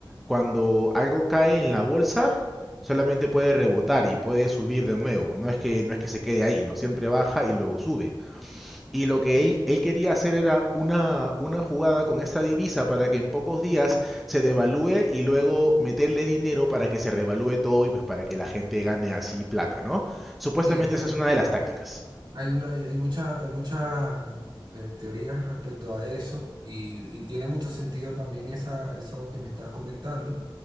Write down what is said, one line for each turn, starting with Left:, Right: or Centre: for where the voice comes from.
Centre: cuando algo cae en la bolsa, solamente puede rebotar y puede subir de nuevo. No es que, no es que se quede ahí, ¿no? Siempre baja y luego sube. Y lo que él, él quería hacer era una, una jugada con esta divisa para que en pocos días se devalúe y luego meterle dinero para que se revalúe todo y pues para que la gente gane así plata, ¿no? Supuestamente
Right: Sí, hay,
Centre: esa es una de las tácticas.
Right: hay una, hay mucha, hay muchas eh, teorías respecto a eso y, y tiene mucho sentido también esa, eso que me estás comentando.